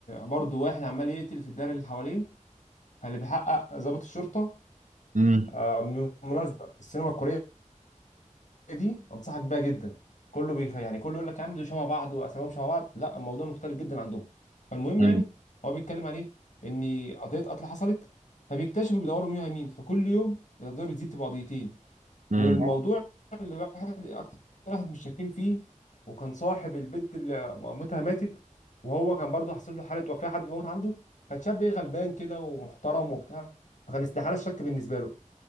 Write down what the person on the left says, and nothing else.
برضه واحد عمال يقتل في الدايره اللي حواليه فاللي بيحقق ضابط الشرطه
آه، من بالمناسبه السينما الكوريه دي انصحك بيها جدا كله بيخ... يعني كله يقول لك يا عم دول شبه بعض واساميهم شبه بعض لا الموضوع مختلف جدا عندهم فالمهم
يعني هو بيتكلم عن ايه ان قضيه قتل حصلت فبيكتشفوا بيدوروا مين مين فكل يوم القضيه بتزيد تبقى قضيتين
والموضوع اللي واحد اكتر واحد مش شاكين فيه وكان صاحب البنت اللي مامتها ماتت وهو كان برضه حصل له حاله وفاه حد موت عنده كان شاب ايه غلبان كده ومحترم وبتاع فكان استحاله الشك بالنسبه له